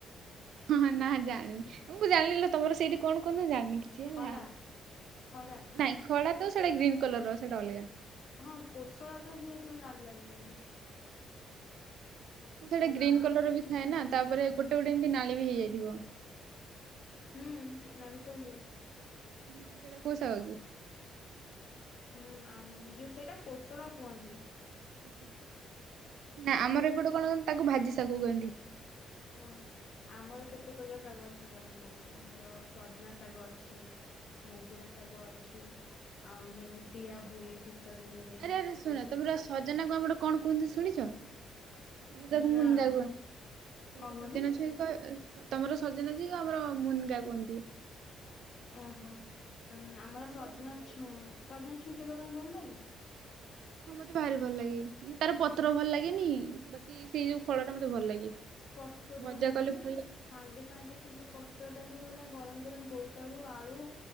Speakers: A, on the right; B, on the left.
A: ହଁ ହଁ ନା ଜାଣିନି ମୁଁ ଜାଣିନି ତମର ସେଇଠି କଣ କୁହନ୍ତି, ମୁଁ ଜାଣିନି। <unintelligible>
B: ଖଡା ଖଡା
A: ନାଇଁ ଖଡା ତ ସେଟା ଗ୍ରୀନ୍ କଲର ସେଇଟା ଅଲଗା।
B: ହଁ କୋଶଳା ତ ହୁଏ ଯୋଉ ନାଲି ନାଲି।
A: ସେଇଟା
B: ନାଇଁ
A: ଗ୍ରୀନ
B: କଣ
A: କଲର ବି ଥାଏ
B: ହୁଁ
A: ନା ତାପରେ ଗୋଟେ ଗୋଟେ ଏମିତି ନାଳି ବି ହେଇଯାଇଥିବ।
B: ହୁଁ ନାଳି ତ ହୁଏ।
A: ହଁ ସେଇଟା କୋଉ ଶାଗ କି?
B: ହୁଁ ଯୋଉ ସେଇଟା କୋଶଳ କୁହନ୍ତି।
A: ଆଛା, ନା
B: ଆମ
A: ଆମର ଏପଟ କଣ ତାକୁ ଭାଜି ଶାଗକୁ କରନ୍ତି।
B: ଓହୋ, ଆମର କେତେ ପ୍ରକାର ଶାଗ ଅଛି ମୁଁ କହୁଛି ଆମର ସଜନା ଶାଗ ଅଛି। ମୁଗୁନା ଶାଗ ଅଛି, ଆଉ ନେଉଟିଆ ହୁଏ ଶୀତ ଦିନରେ।
A: ଆରେ ଆରେ ଶୁଣ
B: ଉଁ
A: ତମର ସଜନା କୁ ଆମର କଣ କୁହନ୍ତି ଶୁଣିଛ? ଆମର ତାକୁ
B: ନା
A: ମୁନନ୍ଦା କୁହନ୍ତି। ତମର
B: କଣ କୁହନ୍ତି
A: ସଜନା ଛ ତମର ସଜନା ଯିଏ, ଆମର ମୁନଗା କୁହନ୍ତି।
B: ଓହୋ ଆମର
A: ନା
B: ସଜନା
A: ଗୁରା ଭାରି ଅଲଗା।
B: ଛୁ ସଜନା ଛୁଇଁ ତମର ଭଲ ଲାଗେ?
A: ହଁ ମତେ ଭାରି ଭଲ ଲାଗେ, ମାନେ ତାର ପତ୍ର ଭଲ ଲାଗେନି ବାକି ସେଇ ଯୋଉ ଫଳ ଟା ମତେ ଭଲ ଲାଗେ।
B: ପତ୍ର ଭଲ
A: ଭଜା
B: ଲାଗେନି?
A: କଲେ ଭଲ ଲାଗେ
B: ସାଙ୍ଗେ ସାଙ୍ଗେ ସେ ଯଉ ପତ୍ର ଟାକୁ ହେଲା ଗରମ ଗରମ ବୋଇତାଳୁ, ଆଳୁ